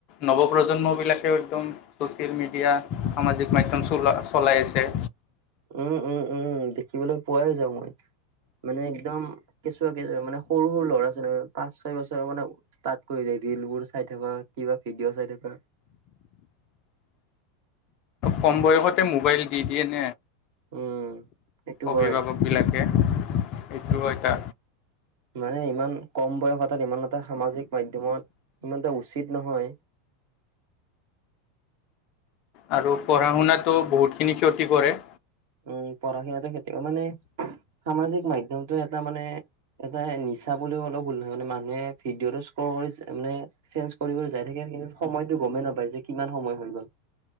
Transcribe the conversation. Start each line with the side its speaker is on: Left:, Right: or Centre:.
Left: নৱ প্ৰ্জন্ম বিলাকেও একদম চচিয়েল মিডিয়া সামাজিক মাধ্যম চ চলাই আছে।
Right: উম, উম, উম, উম দেখিবলৈ পোৱাই যাও মই, মানে একদম কেঁচুৱা কেুৱা মানে সৰু সৰু ল'ৰা ছোৱালী পাঁচ ছয় বছৰৰ মানে ষ্টাৰ্ট কৰিলে ৰীল বোৰ চাই থকা, কিবা ভিডিঅ' চাই থকা
Left: কম বয়সতে মোবাইল দি দিয়ে ন
Right: উম সেইটো
Left: অভিভাৱক
Right: হয়
Left: বিলাকে, এইটো এটা
Right: মানে ইমান কম বয়স তাত ইমান এটা সামাজিক মাধ্যমত ইমান এটা উচিত নহয়।
Left: আৰু পঢ়া শুনাতো বহুতখিনি ক্ষতি কৰে।
Right: উম পঢ়া শুনাতে ক্ষতি মানে? সামাজিক মাধ্যমটো এটা মানে এটা নিচা বুলিও অলপ ভুল নহয়। মানে মানুহে ভিডিঅ'টো স্ক কৰি মানে চেঞ্জ কৰি কৰি যাই থাকে কি সময়টো গমেই নাপায় যে কিমান সময় হৈ গ'ল।